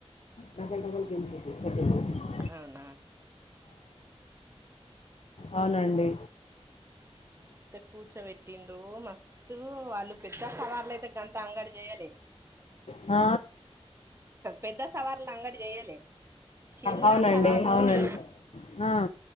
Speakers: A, on the left; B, on the right.
A: డబల్ డబల్ గేమ్స్ <unintelligible>
B: అవునా
A: అవునండి
B: త కూర్చోబెట్టిన్రు మస్తు వాళ్ళు పెద్ద సవార్లు అయితే గంత అంగడి చేయాలె
A: ఆ
B: పెద్ద సవార్లు అంగడి చేయలే చిన్న
A: అవునండి
B: సవార్లోళ్ళు
A: అవునండి ఆ